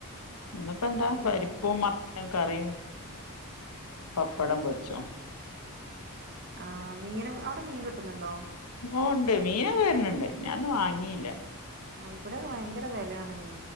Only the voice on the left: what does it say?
ഇന്ന് പ്പെന്താ പരിപ്പും
മത്തനും ക്കറിയും പപ്പടം പൊര് ച്ചോം
ഓ ണ്ട് മീനൊക്കെ വെര്ന്ണ്ട് ഞാന്ന് വാങ്ങീല